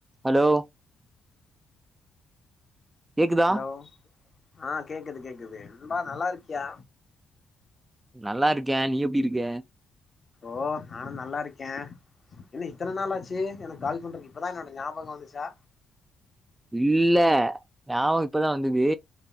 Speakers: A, on the right (about 15°); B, on the left (about 35°).
A: Hello கேக்குதா
B: hello ஆ கேக்குது கேக்குது நண்பா நல்லாருக்கியா
A: நல்லாருக்கே நீ எப்டி இருக்க
B: ஓ நானு நல்லாருக்கே என்ன இத்தன நாள் ஆச்சி எனக்கு கால் பண்றதுக்கு இப்பதா என்னோட ஞாபகோ வந்துச்சா
A: இல்ல ஞாபகோ இப்பதா வந்தது